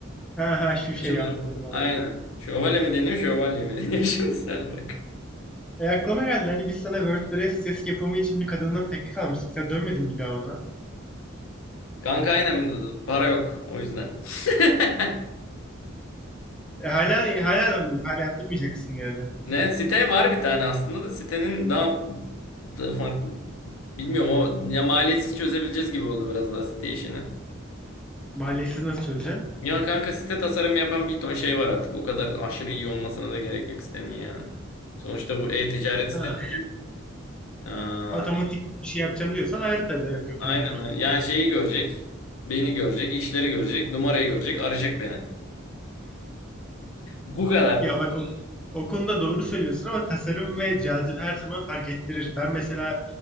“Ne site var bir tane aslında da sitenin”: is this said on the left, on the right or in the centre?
Left